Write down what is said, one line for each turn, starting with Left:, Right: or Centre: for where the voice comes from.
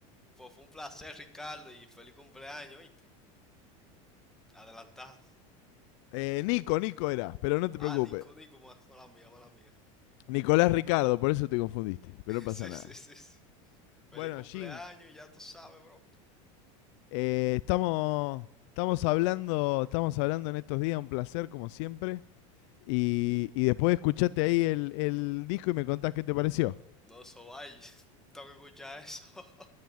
Centre: Pues fue un placer, Ricardo, y feliz cumpleaños, ¿oíste? Adelantado.
Left: Eh, Nico, Nico era, pero no te
Centre: Ah,
Left: preocupes.
Centre: Nico, Nico, ma- mala mía, mala mía.
Left: Nicolás Ricardo, por eso te confundiste, pero
Centre: <laughs>
Left: no pasa
Centre: Sí,
Left: nada.
Centre: sí, sí, sí. Feliz
Left: Bueno,
Centre: cumpleaños,
Left: Jim,
Centre: ya tú sabes, bro.
Left: eh, estamos, estamos, hablando, estamos hablando en estos días, un placer como siempre. Y, y después escuchate ahí el, el, disco y me contás qué te pareció.
Centre: No, eso vaya. <laughs> Tengo que escuchar eso. <laughs>